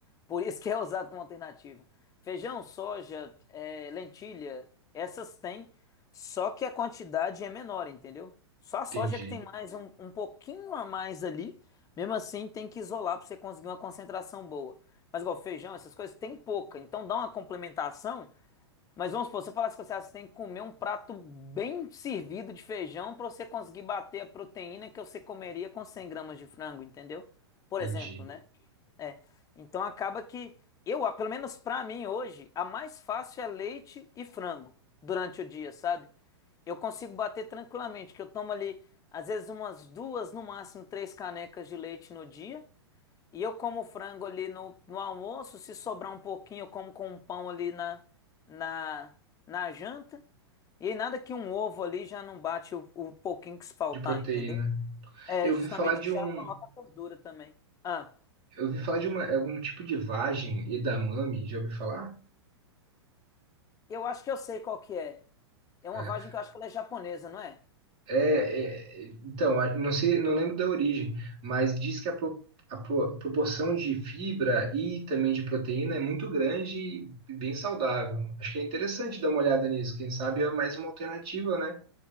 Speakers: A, on the left; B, on the right.
A: Por isso que é usado como alternativa. Feijão, soja, eh, lentilha, essas têm, só que a quantidade é menor, entendeu? Só a soja
B: Entendi,
A: que tem mais um, um pouquinho a mais ali, mesmo assim tem que isolar para você conseguir uma concentração boa. Mas igual feijão, essas coisas, tem pouca. Então dá uma complementação. Mas vamos supor, se eu falasse que você, ah, você tem que comer um prato bem servido de feijão para você conseguir bater a proteína que você comeria com 100 gramas de frango, entendeu? Por
B: entendi.
A: exemplo, né? É. Então acaba que eu, ah, pelo menos pra mim hoje, a mais fácil é leite e frango durante o dia, sabe? Eu consigo bater tranquilamente, que eu tomo ali às vezes umas duas, no máximo três canecas de leite no dia. E eu como frango ali no, no almoço, se sobrar um pouquinho, eu como com um pão ali na, na, na janta. E aí nada que um ovo ali já não bate o, o pouquinho que se faltar,
B: De proteína.
A: entendeu? É,
B: Eu
A: justamente
B: ouvi falar de
A: já
B: um,
A: coloca gordura também. Ah,
B: Eu ouvi falar de uma, algum tipo de vagem, edamame, já ouviu falar?
A: eu acho que eu sei qual que é. É uma
B: É,
A: vagem que eu acho que ela é japonesa, não é?
B: é, é, então, a- não sei, não lembro da origem, mas diz que a, pro- a pro- proporção de fibra e também de proteína é muito grande e bem saudável. Acho que é interessante dar uma olhada nisso. Quem sabe é mais uma alternativa, né?